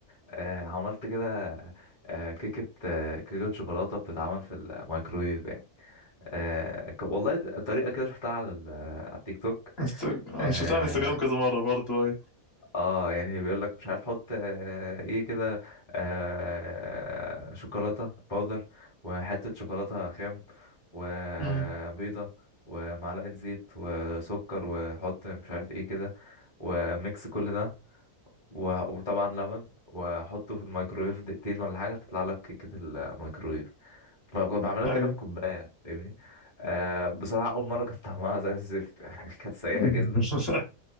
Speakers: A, on the left (about 25°); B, on the left (about 45°).
A: آه، عملت كده آه، كيكه آه، كيكه شوكولاته بتتعمل في الميكرويف يعني آه، ك- والله طريقه كده شفتها على ال- على التيك توك
B: است... أنا
A: آه،
B: شفتها على انستجرام كذا مرة برضو أيوة
A: اه يعني بيقول لك مش عارف حط آه ايه كده آه شوكولاته باودر وحته شوكولاته خام وبيضه
B: مم.
A: ومعلقه زيت وسكر وحط مش عارف ايه كده وميكس كل ده و- وطبعا لبن وحطه في الميكرويف دقيقتين ولا حاجه تطلع لك كيكه الميكرويف ب- كنت بعملها
B: أيوة
A: كده في كوبايه فاهمني آه بصراحه اول مره كانت طعمها زي الزفت <laughs> يعني كانت سيئه
B: <laughs>
A: جدا